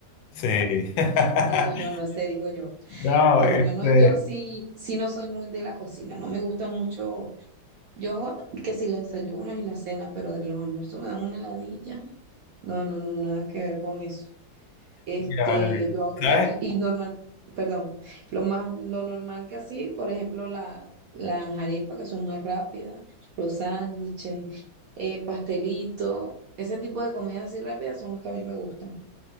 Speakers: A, on the left; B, on the right.
A: Sí. <laughs>
B: Digo yo, no sé, digo yo.
A: No,
B: Por
A: este,
B: lo menos yo sí, sí no soy muy de la cocina, no me gusta mucho. Yo hago que si los desayunos y la cena, pero de los almuerzos me dan una heladilla. No, no, no, nada que ver con eso. Este,
A: mira, vale, bien.
B: yo hago-
A: ¿sabes?
B: y, y, y normal, perdón, lo más, lo normal que así, por ejemplo, la, las arepas que son más rápidas, los sándwiches, eh, pastelito, ese tipo de comidas así rápidas son las que a mí me gustan.